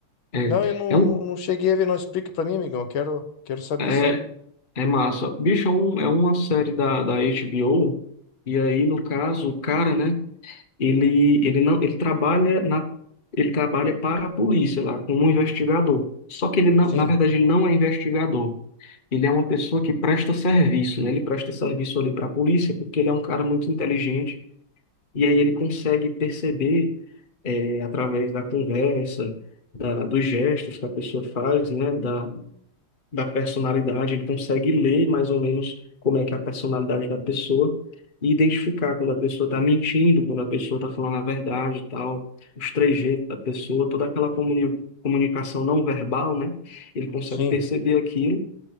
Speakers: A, on the left; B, on the left.
A: É,
B: Não, eu não,
A: é, um,
B: não, não cheguei a ver, não. Explica pra mim, amigão. Eu quero, quero saber,
A: é,
B: sim.
A: é massa. Bicho, é, um, é uma série da, da HBO. E aí, no caso, o cara, né? ele, ele não, ele trabalha na, ele trabalha para a polícia lá, como um investigador. Só que ele não,
B: Sim,
A: na verdade, ele não é investigador. Ele é uma pessoa que presta serviço, né? Ele presta serviço ali para a polícia porque ele é um cara muito inteligente e aí ele consegue perceber eh, através da conversa, da, dos gestos que a pessoa faz, né? Da, da personalidade, ele consegue ler mais ou menos como é que é a personalidade da pessoa e identificar quando a pessoa está mentindo, quando a pessoa está falando a verdade e tal, os trejeitos da pessoa, toda aquela comuni comunicação não verbal, né? Ele consegue
B: sim.
A: perceber aquilo.